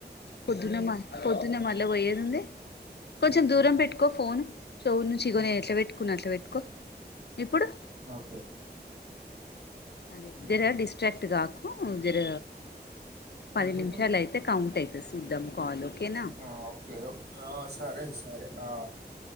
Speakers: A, on the left; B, on the right.
A: పొద్దున మా పొద్దున్న మళ్ళ పోయ్యేదుంది కొంచెం
B: ఉమ్,
A: దూరం పెట్టుకో ఫోన్ చెవు నుంచి ఇగో
B: ఆ,
A: నేను ఎట్లా పెట్టుకున్న అట్లా పెట్టుకో ఏప్పుడు
B: ఓకే
A: అదే
B: ఆ,
A: జర డిస్ట్రాక్ట్ కాకు జర పది
B: ఎందుకు
A: నిమిషాలు అయితే కౌంట్ అయితది చూద్దాం కాల్ ఓకేనా
B: ఆ ఓకే ఒక్క సరే సరే ఆ